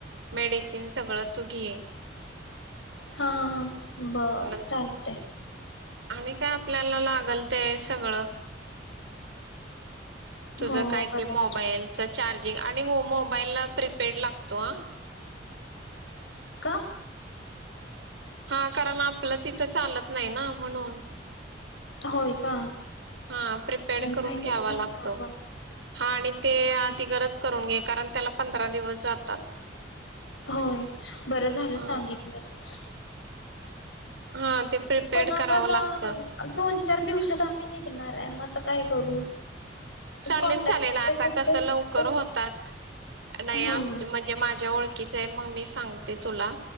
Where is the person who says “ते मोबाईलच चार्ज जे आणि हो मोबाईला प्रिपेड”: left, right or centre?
Right